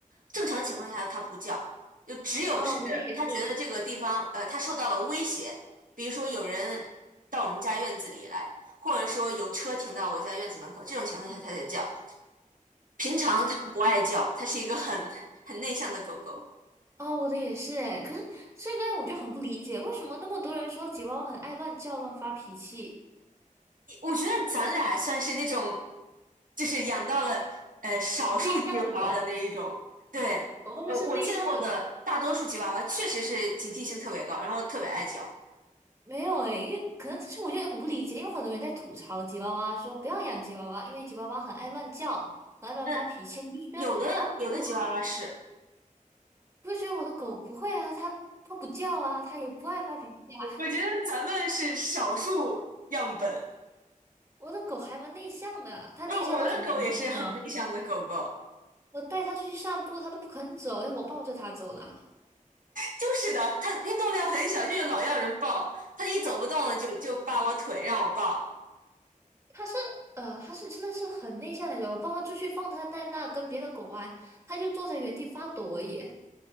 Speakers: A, on the right; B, on the right.
A: 正常情况下它不叫，就只有是它觉得这个地方呃它受到了威胁，
B: 啊，我的也是，
A: 比如说有人到我们家院子里来，或者说有车停到我家院子门口，这种情况下它才叫。平常它不爱叫，它是一个很 <laughs> 很内向的狗狗。
B: 哦，我的也是哎，可是现在我就很不理解，为什么那么多人说吉娃娃很爱乱叫、乱发脾气，
A: 我觉得咱俩算是那种，就是养到了呃少数吉娃娃的那一种。
B: 内向的狗，
A: 对，
B: 我们都是内向的狗。
A: 呃，我见过的大多数吉娃娃确实是警惕性特别高，然后特别爱叫。
B: 没有诶，因为可能这是我就很不理解，因为很多人在吐槽吉娃娃，说不要养吉娃娃，因为吉娃娃很爱乱叫，很爱乱发脾气。
A: 那
B: 我就觉得啊，
A: 有的有的吉娃娃是，
B: 没有啊，我就觉得我的狗不会啊，它它不叫啊，它也不爱发脾气啊。<laughs>
A: 我觉得咱们是少数样本。
B: 我的狗还蛮内向的，它内向到什么程度呢？
A: 那我的狗也是很内向的狗狗，
B: 我带它出去散步，它都不肯走，要我抱着它走的啊。
A: 就是的，它运动量很小，就是老要人抱，它一走不动了就就扒我腿让我抱。
B: 它是呃，它是真的是很内向那种。我抱它出去放它在那跟别的狗玩，它就坐在原地发抖而已。